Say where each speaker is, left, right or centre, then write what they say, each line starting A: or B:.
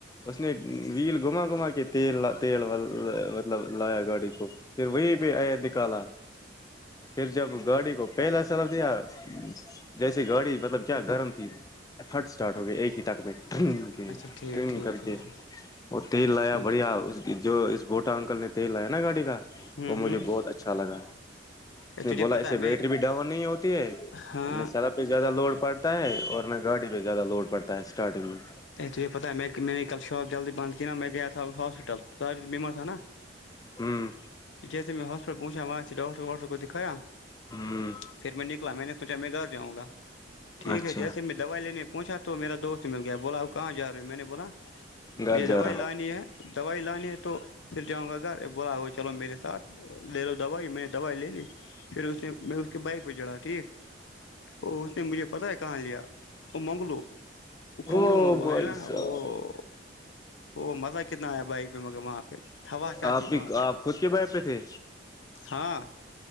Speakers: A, on the left; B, on the left.
A: اس نے ویل گما گما کے تیل تیل مطلب لایا گاڑی کو پھر وہیں پہ ایئر نکالا پھر جب گاڑی کو پہلا سلاب دیا جیسے گاڑی مطلب کیا گرم تھیٹ اسٹارٹ ہو گیا ایک ہی ٹک میں ت
B: اچھا ٹھیک ٹھیک
A: کر
B: ٹھیک ٹھیک
A: اور تیل لایا
B: ٹھیک
A: بڑھیا
B: ٹھیک
A: اس جو اس بٹ تو اکل نے تل لایا ن گاڑی کا
B: ہوں
A: وہ
B: ہوں
A: مجھے بہت اچھا لگا اس نے
B: تجھے
A: بولا
B: پتا
A: اسے
B: ہے میں
A: بیٹری بھی ڈاؤن نہیں ہوتی ہے
B: ہاں
A: سیلہ زیادہ لوڈ پڑتا ہے اور نہ گاڑی پہ زیادہ لوڈ پڑتا ہے اسٹارٹنگ میں
B: ا توج یہ پتا ہے میں میں ل شاپ جلدی بند کہ ن نہا میں گیا تھا ہاسپٹل بیمار س نا
A: ہوں
B: ٹھیک سے میں ہس پوچھا وہاں سے ڈاکٹر واکٹر کو دکھایا
A: ہوں
B: پھر میں نکلا میں نے سوچا میں گھر جاؤں گا ٹھیک
A: اچھا
B: ہے جیسے میں دوائی لینے پ پہچا تو میرا دوست م گیا بولا کہاں جا رہے میں نے بولا
A: گھر
B: مجھے
A: جا
B: دوائی
A: رہا
B: لانی
A: ہوں
B: ہے دوائی لانی ہے تو پھر جاں گا بولا ہو چلو میرے ساتھ لے لو دوائی میں دوائی لے لی پھر اس نے میں اس کے بائک پہ چڑھا ٹھیک ا اس نے مجھے پتا ہے کہاں لیا وہ منگلو کھنگڑو
A: ہوں او
B: منگلو
A: بھائی
B: وہ ہے نا
A: صاحب
B: وہ وہ مزہ کتنا ہے بھائی مگر وہاں پہ ہوا کیا
A: آپ
B: تھی
A: بھی
B: وہاں پہ
A: آپ خود کے بائک پہ تھے
B: ہاں